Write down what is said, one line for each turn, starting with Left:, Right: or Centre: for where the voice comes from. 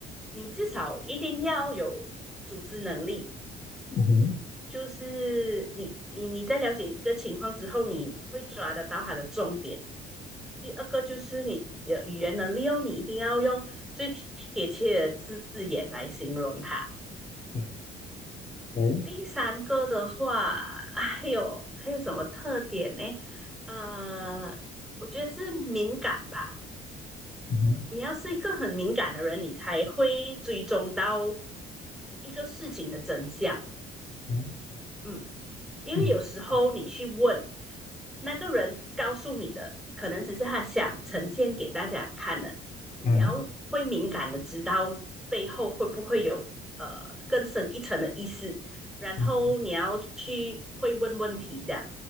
Centre: 你至少一定要有组织能力，
Left: 嗯哼，
Centre: 就是你你你在了解一个情况之后，你会抓得到它的重点。第二个就是你的语言能力哦，你一定要用最贴切的字眼来形容它。
Left: 嗯，喂，
Centre: 第三个的话，啊还有还有什么特点呢？呃，我觉得是敏感吧。
Left: 嗯哼，
Centre: 你要是一个很敏感的人，你才会追踪到一个事情的真相。
Left: 嗯
Centre: 嗯，因为有时候你去问
Left: 嗯
Centre: 那个人告诉你的，可能只是他想呈现给大家看的。你要会敏感的知道背后会不会有呃更深一层的意思，
Left: 嗯
Centre: 然后你要去会问问题的。
Left: 嗯